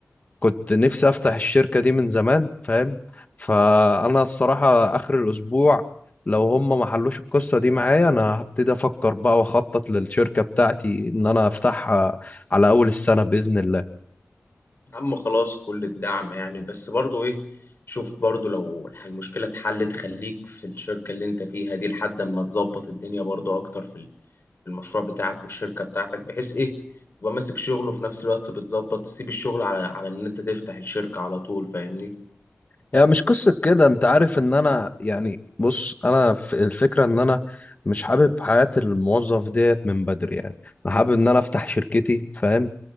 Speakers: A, on the left; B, on the left.
A: كنت نفسي افتح الشركة دي من زمان فاهم فانا الصراحة اخر الاسبوع لو هم ما حلوش القصة دي معايا انا هبتدي افكر بقى واخطط للشركة بتاعتي ان انا افتحها على اول السنة باذن الله
B: يا عم خلاص كل الدعم يعني بس برضه ايه شوف برضه لو الح- المشكله اتحلت خليك في الشركه اللي انت فيها دي لحد اما تظبط الدنيا برضه اكتر في ال- في المشروع بتاعك والشركه بتاعتك بحيث ايه تبقى ماسك شغله وفي نفس الوقت بتظبط تسيب الشغل على على ان انت تفتح الشركه على طول فاهمني
A: يعني مش قصة كده انت عارف ان انا يعني بص انا في الفكرة ان انا مش حابب حياة الموظف ديت من بدري يعني انا حابب ان انا افتح شركتي فاهم